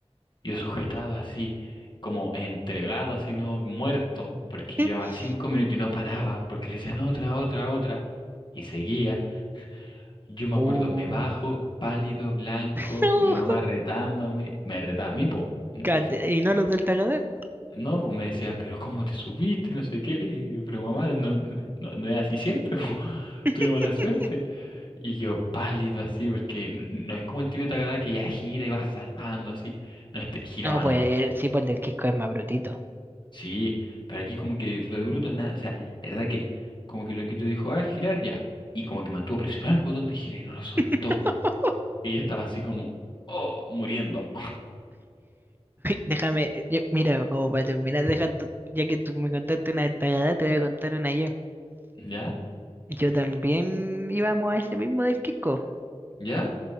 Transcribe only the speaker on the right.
<laughs>
oh
No.
Cat- ¿Y no los del Tagadá?
<laughs>
No, pues
eh, sí, pues el del Quisco es más brutito.
<laughs>
Déjame, yo- mira, como para terminar, deja tu- ya que tú me contaste una del Tagadá, te voy a contar una yo.
Yo también íbamos a ese mismo del Quisco.